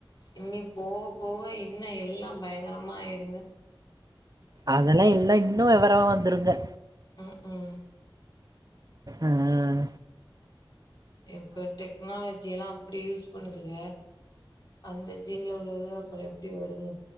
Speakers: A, on the left; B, on the right.
A: இனி போக போக இன்னும் எல்லாம் பயங்கரம் ம்மா இருங்க
B: அதெல்லா இல்ல இன்னும் விவரமா வந்துருகா
A: ம் ம்
B: ஆஹ
A: இப்ப டெக்னாலஜி எல்லா அப்டி யூஸ் பண்ணுதுக அந்த ஜீன் ல உள்ளதுக அப்புறம் எப்டி வருங்